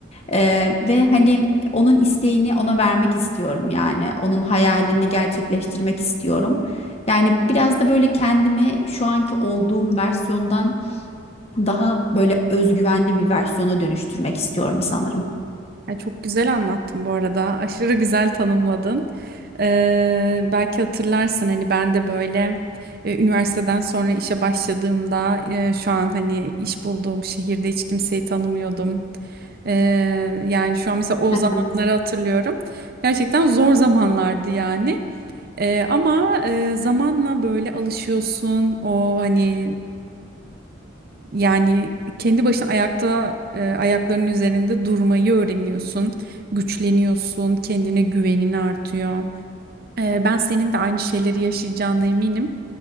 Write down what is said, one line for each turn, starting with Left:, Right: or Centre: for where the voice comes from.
Left: Eee, ve hani onun isteğini ona vermek istiyorum yani onun hayalini gerçekleştirmek istiyorum. Yani biraz da böyle kendimi şu anki olduğum versiyondan daha böyle özgüvenli bir versiyona dönüştürmek istiyorum sanırım.
Right: Ya çok güzel anlattın bu arada. Aşırı güzel tanımladın. Ee, belki hatırlarsın hani ben de böyle e, üniversiteden sonra işe başladığımda e, şu an hani iş bulduğum şehirde hiç kimseyi tanımıyordum. Ee, yani şu an mesela o
Left: Evet.
Right: zamanları hatırlıyorum. Gerçekten zor zamanlardı yani. Ee, ama e, zamanla böyle alışıyorsun. O hani yani kendi başına ayakta, e, ayaklarının üzerinde durmayı öğreniyorsun, güçleniyorsun, kendine güvenin artıyor. E, ben senin de aynı şeyleri yaşayacağına eminim.